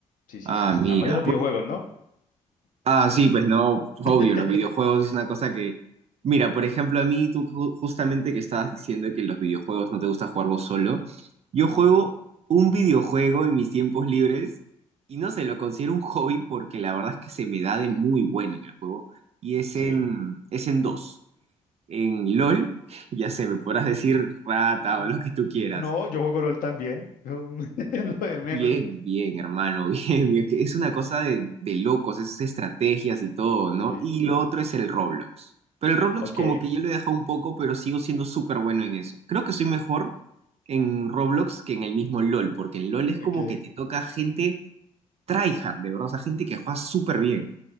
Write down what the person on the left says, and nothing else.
sí, sí,
sí.
Además de los videojuegos, ¿no?
<laughs>
Ujú,
Sí.
Mm,
No, yo juego LOL también. Yo <laughs> lo de menos.
Sí.
Ok,
ok.